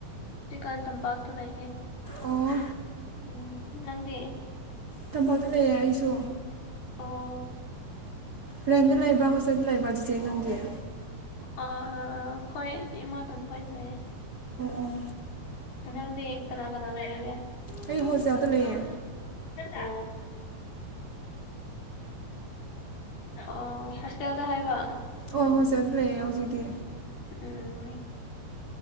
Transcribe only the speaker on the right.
ꯑꯣ
ꯇꯝꯄꯥꯛꯇ ꯂꯩꯌꯦ ꯑꯩꯁꯨ
ꯍ꯭ꯔꯦꯟꯗ ꯂꯩꯕ꯭ꯔ ꯍꯣꯖꯤꯛꯅ ꯂꯩꯕ ꯗꯤꯖꯥꯏꯟ ꯅꯪꯗꯦ
ꯑꯣ
ꯑꯩ ꯍꯣꯁꯇꯦꯜꯗ ꯂꯩꯌꯦ
ꯑꯣ ꯍꯧꯖꯤꯛ ꯂꯩꯌꯦ ꯍꯧꯖꯤꯛꯀꯤ